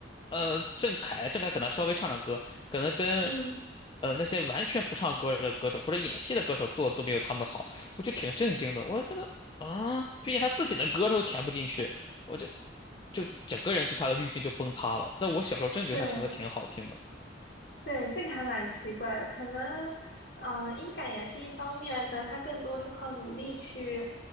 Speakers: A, on the left; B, on the left.
A: 呃，郑恺，郑恺可能稍微唱唱歌，可能跟
B: 嗯
A: 呃那些完全不唱歌的歌手或者演戏的歌手做的都没有他们好，我就挺震惊的。我觉得，啊，毕竟他自己的歌他都填不进去，我就就整个人对他的滤镜就崩塌了。但我小时候真的觉得他唱歌挺好听的。
B: 对。对，这个还蛮奇怪的，可能，嗯、呃音感也是一方面，可能他更多是靠努力去，